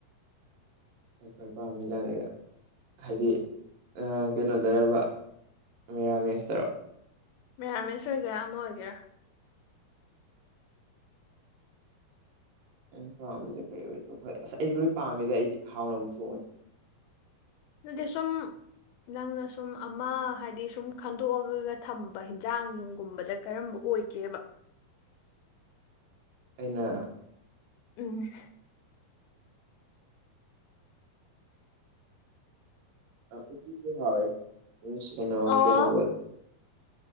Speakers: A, on the right; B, on the left.
A: ꯑꯩꯈꯣꯏ ꯄꯥꯝꯃꯤꯖꯅꯤ ꯍꯥꯏꯗꯤ ꯀꯩꯅꯣꯗꯔꯕ ꯃꯤꯔꯥꯃꯦꯁꯇꯔ
B: ꯃꯦꯔꯥꯃꯦꯁ ꯑꯣꯏꯒꯦꯔꯥ ꯑꯃ ꯑꯣꯏꯒꯦꯔꯥ
A: ꯑ ꯄꯥꯝꯕꯁꯦ ꯀꯩ ꯑꯣꯏꯗꯣꯏꯣ ꯑꯁ ꯑꯩꯗꯤ ꯂꯣꯏ ꯄꯥꯝꯃꯤꯗ ꯑꯩꯗꯤ ꯍꯥꯎꯅꯕꯕꯨ ꯊꯣꯡꯉꯗꯤ
B: ꯗꯁꯝ ꯅꯪꯅ ꯁꯨꯝ ꯑꯃ ꯍꯥꯏꯗꯤ ꯁꯨꯝ ꯈꯟꯗꯣꯛꯑꯒꯒ ꯊꯝꯕ ꯍꯟꯖꯥꯡ ꯌꯨꯝꯒꯨꯝꯕꯗ ꯀꯔꯝꯕ ꯑꯣꯏꯒꯦꯕ
A: ꯑꯩꯅ
B: ꯎꯝ
A: ꯎꯤꯁꯨ ꯍꯦ ꯀꯅꯣ
B: ꯑꯣ